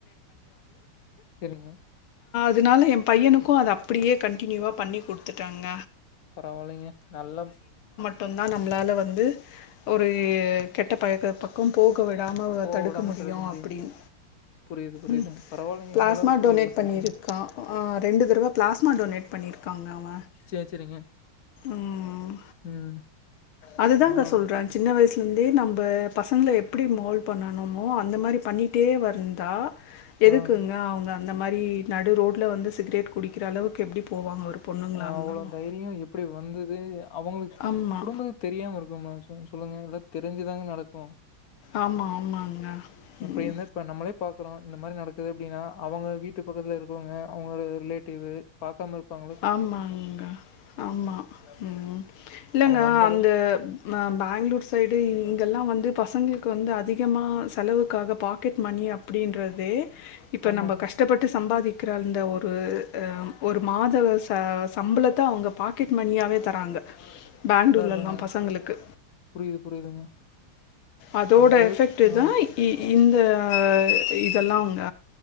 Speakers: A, on the left; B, on the left.
A: சேரிங்க
B: அதுனால ஏம் பையனுக்கு அத அப்டியே கன்டினியூவா பண்ணி குடுத்துட்டாங்க
A: பரவால்லேங்க நல்ல
B: மட்டுந் தா நம்ளால வந்து ஒரு கெட்ட பழக்க பக்கம் போ க விடாம
A: போக
B: தடுக்க
A: விடாம
B: முடியும்
A: முடியுது
B: அப்டின்
A: புரியுது புரியுதுங்க
B: ம்
A: பரவாயில்லைங்க
B: ப்ளாஸ்மா
A: இந்த அளவுக்கு சொல்லி
B: டொனேட்
A: வளர்த்துருக்கீங்க
B: பண்ணியிருக்கா ஆ ரெண்டு தடவ ப்ளாஸ்மா டொனேட் பண்ணியிருக்காங்க அவ
A: சேரி சேரிங்க
B: ம்
A: ம்
B: அதுதாங்க
A: பரவால்ல
B: சொல்ற சின்ன வயஸ் லேந்தே நம்ப பசங்கள எப்டி மோல் பண்ணணுமோ அந்த மாரி பண்ணிட்டே வந்தா எதுக்குங்க
A: ஆ
B: அவுங்க அந்த மாரி நடு ரோட்ல வந்து சிகிரெட் குடிக்கிற அளவுக்கு எப்டி போவாங்க <unintelligible> இருந்தாலு
A: அவ்ளோ தைரியொ எப்டி வந்து து அவங்களுக்
B: ஆமா
A: குடும்பத்துக் தெரியாம இருக்குமா சொ சொல்லுங்க எல்லா தெரிஞ்சுதாங்க நடக்கு
B: ஆமா ஆமாங்க
A: எப்டி
B: உம்
A: இருந்தா இப்ப நம்மளே பாக்குறோம். இந்த மாரி நடக்குது அப்டின்னா அவங்க வீட்டு பக்கத்துல இருக்கவங்க அவங்க லி ரிலேட்டிவு பாக்காம இருப்பாங்க
B: ஆமாங்க ஆமா ம் இல்லங்க
A: அவங்க
B: அந்த
A: அளவுக்கு
B: அ பேங்ளூர் சைடு இங்கெல்லா வந்து பசங்களுக்கு வந்து அதிகமா செலவுக்காக பாக்கெட் மணி அப்டின்றது இப்ப
A: ஆமாங்க.
B: நம்ப கஷ்டப்பட்டு சம்பாதிக் கிற அந்த ஒரு அ ஒரு மா த ச சம்பளத்த அவுங்க பாக்கெட் மணியாவே தராங்க பேங்களூர்லலா
A: அதான் அதாங்க.
B: பசங்களுக்கு
A: புரியுது புரியுதுங்க.
B: அதோட
A: அந்த அளவுக்கு
B: எஃபெக்ட்டு
A: ஆ
B: தா இ இந்த இ இதெல்லா அவங்க